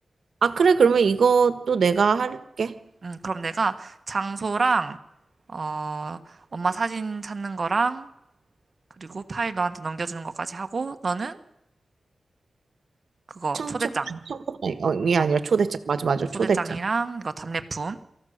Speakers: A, on the right; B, on the right.
A: 아 그래 그러면 이것도 내가 할게.
B: 응, 그럼 내가 장소랑, 어, 엄마 사진 찾는 거랑, 그리고 파일 너한테 넘겨주는 것까지 하고, 너는 그거
A: 청첩장
B: 초대장.
A: 청첩장이
B: 어,
A: 아니라 초대장 맞아 맞아
B: 어, 초대장이랑
A: 초대장.
B: 이거 답례품.